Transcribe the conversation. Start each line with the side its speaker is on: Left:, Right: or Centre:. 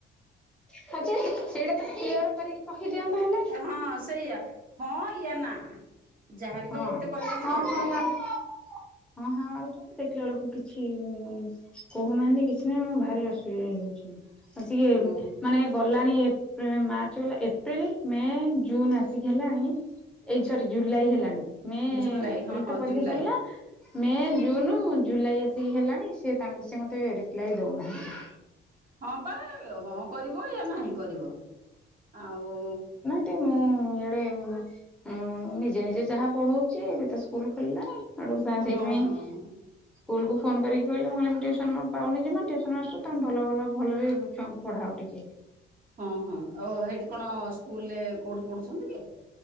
Centre: ହଁ ଯେ ସେଇଟା ତୋମେ କ୍ଲିଅର୍ କରିକି କହିଦିଅନ୍ତ ହେଲେ।
Right: ହଁ ସେଇଆ ହଁ ୟା ନା। ଯାହାହେଲେ
Centre: ହଁ,
Right: ତ ଗୋଟେ କହିବ
Centre: ହଁ,
Right: ନା
Centre: ହଁ ମାରୁ ହଁ ହାଁ ମାରୁୁଛନ୍ତି ଦେଖିଲା ବେଳକୁ କିଛି ଉଁ, କହୁନାହାନ୍ତି କିଛି ନାହିଁ, ମୁଁ ଭାରି ଅସୁବି ଇ, ଆଉ ସିଏ ଉଁ
Right: ମୁଁ
Centre: ମାନେ ଗଲାଣି ଏପ୍ ମାର୍ଚ୍ଚ ଗଲା ଏପ୍ରିଲ ମେ ଜୁନ ଆସିକି ହେଲାଣି। ଏଇ ସରି ଜୁଲାଇ ହେଲାଣି, ମେ
Right: ଜୁଲାଇ
Centre: ଏପ୍ରିଲ
Right: ହଁ ହଁ
Centre: ତ ପରୀକ୍ଷା
Right: ଜୁଲାଇ
Centre: ସରିଲା। ମେ, ଜୁନୁ, ଜୁଲାଇ ଆସିକି ହେଲାଣି ସେ ତାଙ୍କ ସେ ମୋତେ ରିପ୍ଲାଏ ଦଉନାହାନ୍ତି।
Right: ହଁ ବା ହଁ କରିବ ୟା ନାହିଁ କରିବ, ଆଉ
Centre: ତି, ମୁଁ ଇଆଡେ ମୁଁଅଁ, ନିଜେ ନିଜେ ଯାହା ପଢଉଛି, ଏବେ ତ ସ୍କୁଲ୍ ଖୋଲିଲାଣି। ଆଡ଼କୁ ସା, ସେଇଥିପାଇଁ
Right: ହଁ ହଁ ହଁ ହଁ
Centre: ସ୍କୁଲ୍ କୁ ଫୋନ୍ କରିକି କହିଲି ମୁଁ କହିଲି ମୁଁ ଟିଉସନ ମୁଁ ପାଉନି ଜମା ଟିଉସନ ମାଷ୍ଟର ତୋମେ ଭଲ ଭଲ ଭଲରେ ଛୁଆଙ୍କୁ ପଢାଅ ଟିକେ।
Right: ହଁ ହଁ ଓହୋ ହେଇଠି କଣ ସ୍କୁଲରେ କୋଉଠି ପଢ଼ୁକନ୍ତି କି?